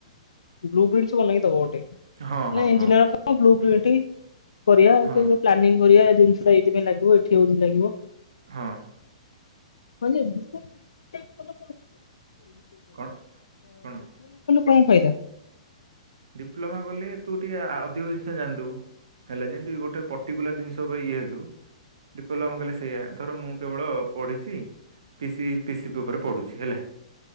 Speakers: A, on the left (about 70°); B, on the right (about 60°).
A: ବ୍ଲୁ ପ୍ରିଣ୍ଟ ସେ ବନେଇକି ଦବ ଗୋଟେ।
B: ହଁ ହଁ
A: ନା ଇଞ୍ଜିନିଅରଙ୍କ
B: ହଁ
A: ବ୍ଲୁ ପ୍ରିଣ୍ଟି କରିବାଉ
B: ହଁ
A: ପ୍ଲାନିଂ କରିବା ଜିନିଷଟା ଏଇଥିପାଇଁ ଲାଗିବ। ଏଠି ହଉଚି ଲାଗିବ।
B: ହଁ।
A: ହଁ ଯେ ଡିପ୍ଲୋମା କଲେ।
B: କଣ କଣ
A: କଣ ଫାଇଦା
B: ଡିପ୍ଲୋମା କଲେ ତୁ ଟିକେ ଆ ଅଧିକ ଜାଣିଦବୁ ହେଲା ଯେମତି ଗୋଟେ ପର୍ଟିକୁଲାର ଜିନିଷ ପାଇଁ ଇଏ ହେଲୁ। ଡିପ୍ଲୋମା କଇଲେ ସେଇଆ ଏଥର ମୁଁ କେବଳ ପଢିଛି। ପିସି ପିସି ପି ଉପରେ ପଡୁଛି ହେଲା।